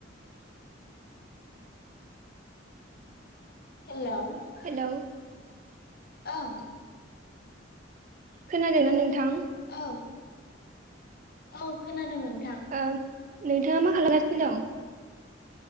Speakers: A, on the right; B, on the left.
A: <inaudible>
B: हेल'
A: hello
B: औ
A: खोनादोंना नोंथां
B: औ औ खोनादों नोंथां
A: ओं नोंथाङा मा खालामगासिनो दं